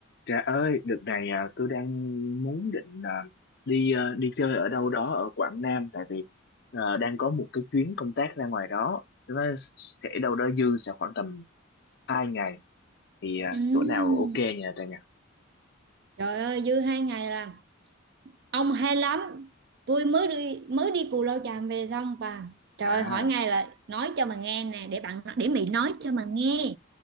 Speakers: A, on the left; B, on the right.
A: Trà ơi, đợt này à, tôi đang muốn định à, đi à, đi chơi ở đâu đó ở Quảng Nam tại vì à, đang có một cái chuyến công tác ra ngoài đó nó sẽ đâu đó dư sẽ khoảng tầm hai ngày thì à,
B: Ừm,
A: chỗ nào ok nhờ Trà nhỉ?
B: Trời ơi dư hai ngày là ông hay lắm tôi mới đi mới đi Cù Lao Chàm về xong và trời
A: À.
B: ơi hỏi ngay là nói cho mà nghe nè để bạn để Mỹ nói cho mà nghe